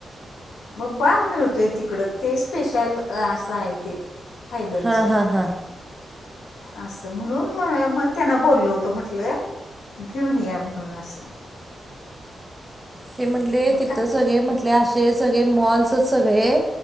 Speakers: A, on the left; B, on the right.
A: मग बाम मिळतोय तिकडं, ते स्पेशल असं हाय ते थायलंंडच.
B: हां हां हां
A: असं म्हणून म मग त्यांना बोललो होतो, म्हटलं घेऊन या म्हणून असं.
B: हे म्हटले
A: मग
B: तिथं
A: काय
B: सगळे म्हटले, असे सगळे मॉल्सच सगळे,